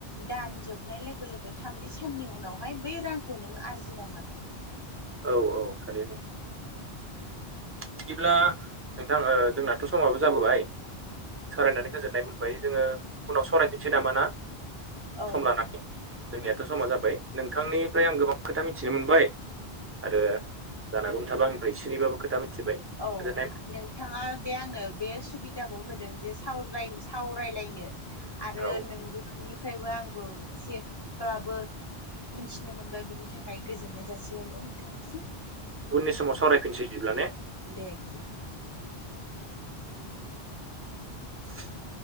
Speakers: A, on the left (about 30°); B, on the right (about 15°).
A: दान जोबनाय लोगो लोगो थामजि साननि उनावहाय बै रांखौ नों आरजिनो हागोन।
B: औ औ थारैनो बिदिब्ला नोंथां ओ जोंनाथ' समाबो जाबोबाय। सरायनानै गोजोननाय मोनबाय जोङो उनाव सरायफिनसै नामा ना
A: औ
B: सम लानानै? जोंनियाथ' समा जाबाय नोंथांनिफ्राय आं गोबां खोथा मिथिनो मोनबाय। आरो जानागौम थाबा आंनिफ्राय सनैबाबो खोथा मिथिबाय।
A: औ
B: गोजोननाय
A: नों बिथांङा दे आंनो बे सुबिदाखौ होदों जे साव सावरायलायनो आरो
B: औ
A: नोंगौनिफ्रायबो आंबो एसेब्लाबो मिथिनो मोनबा बिनि थाखाय गोजोननाय जासिहरबाय नोंथांनिसिम।
B: उननि समाव सावरायफिनसै बिदिब्ला ने
A: दे बिदिब्ला
B: <inaudible>